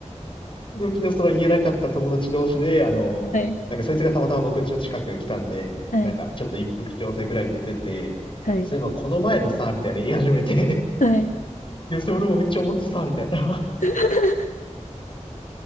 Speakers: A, on the left; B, on the left.
A: <laughs> で、昨日その言えなかった友達同士で、あの、
B: はい。
A: なんかそいつがたまたま僕ん家の近く来たんで、
B: はい。
A: なんかちょっと一服調整ぐらいで出て、
B: はい。
A: そういえばこの前のさ、みたいな言い始めて
B: はい。
A: いや、それ俺もめっちゃ思ってた、みたいな <laughs>。
B: <laughs>